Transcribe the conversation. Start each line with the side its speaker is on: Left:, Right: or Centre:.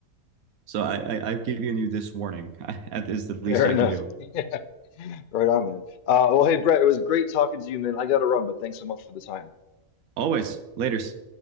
Right: So I, I I've given you this warning. <laughs> I, that is the least
Left: Fair
Right: I
Left: enough.
Right: can do.
Left: <laughs> Yeah. Right on, man. Uh, well, hey, Brett, it was great talking to you, man. I gotta run, but thanks so much for the time.
Right: Always, laters.